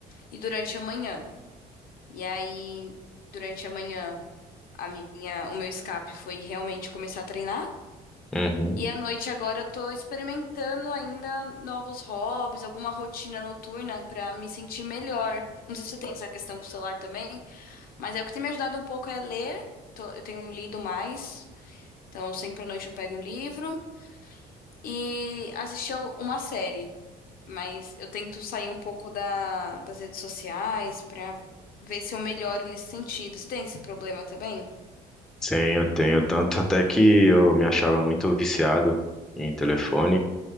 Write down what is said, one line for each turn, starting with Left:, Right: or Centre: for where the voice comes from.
Left: e durante a manhã. E aí, durante a manhã, a minha, o meu escape foi realmente começar a treinar.
Centre: uhum.
Left: E à noite agora eu tô experimentando ainda novos hobbies, alguma rotina noturna pra me sentir melhor. Não sei se você tem essa questão com o celular também, mas é o que tem me ajudado um pouco é ler. Tô- Eu tenho lido mais, então sempre à noite eu pego um livro e assistir a uma série. Mas eu tento sair um pouco da- das redes sociais pra ver se eu melhoro nesse sentido. Você tem esse problema também?
Centre: Tenho, tenho. Tanto até que eu me achava muito viciado em telefone.